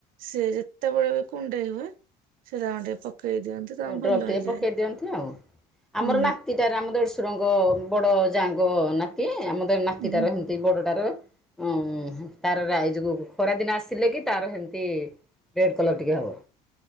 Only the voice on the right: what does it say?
ସେ ଯେତେବେଳେ ବି କୁଣ୍ଡେଇ ହୁଏ। ସେ ତାଙ୍କୁ ଟିକେ ପକେଇ ଦିଅନ୍ତି। ତାଙ୍କୁ
ଭଲ
ହେଇଯାଏ
ହୁଁ।
ହୁଁ